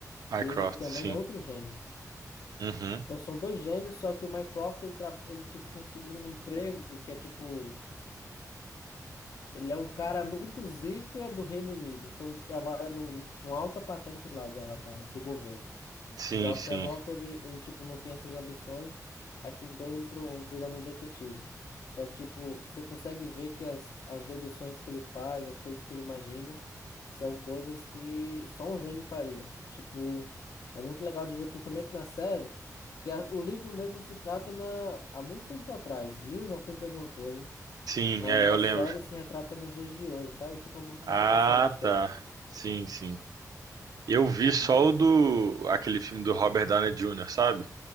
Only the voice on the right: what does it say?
Mycroft,
sim.
Uhum.
Sim,
sim.
Sim,
é,
eu lembro.
Ah,
tá. Sim, sim. Eu vi
só o do aquele filme do Robert Downey Jr., sabe?